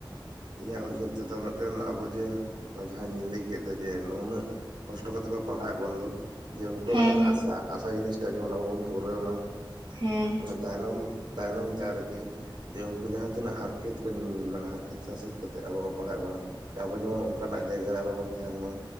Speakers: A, on the right; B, on the right.
A: ᱤᱧᱟᱹᱜ ᱩᱭᱦᱟᱹᱨ ᱛᱮᱫᱚ ᱢᱤᱫᱴᱮᱱ ᱟᱵᱚ ᱡᱮ ᱦᱚᱸᱜᱚᱭ ᱡᱟᱦᱟᱸᱧ ᱞᱟᱹᱭ ᱠᱮᱫ ᱫᱚ ᱡᱮ ᱱᱩᱱᱟᱹᱜ ᱠᱚᱥᱴᱚ ᱠᱟᱛᱮ <unintelligible> ᱯᱟᱲᱦᱟᱣᱮᱫ ᱵᱚᱱᱫᱚ ᱡᱮ ᱩᱱᱠᱩᱣᱟᱜ
B: ᱦᱮᱸ
A: ᱢᱤᱫᱴᱮᱱ
B: ᱦᱮᱸ
A: ᱟᱥᱟ ᱟᱥᱟ ᱡᱤᱱᱤᱥᱴᱟ ᱡᱮᱢᱚᱱ ᱟᱵᱚ ᱵᱚᱱ ᱯᱩᱨᱟᱹᱣ ᱢᱟ
B: ᱦᱮᱸ
A: <unintelligible> ᱛᱟᱭᱱᱚᱢ ᱛᱟᱭᱱᱚᱢ ᱛᱮ ᱟᱨᱠᱤ ᱡᱮ ᱩᱱᱠᱩ ᱡᱟᱦᱟᱸ ᱛᱤᱱᱟᱹᱜ ᱦᱟᱨᱠᱮᱛ <unintelligible> <unintelligible> ᱥᱟᱥᱮᱛ ᱠᱟᱛᱮᱜ ᱟᱵᱚ ᱠᱚ ᱯᱟᱲᱦᱟᱣᱮᱫ ᱵᱚᱱᱟ ᱟᱵᱚ ᱡᱮᱢᱚᱱ ᱚᱱᱠᱟᱱᱟᱜ ᱡᱟᱭᱜᱟ ᱨᱮ ᱟᱞᱚ ᱵᱚᱱ ᱛᱟᱦᱮᱱ ᱢᱟ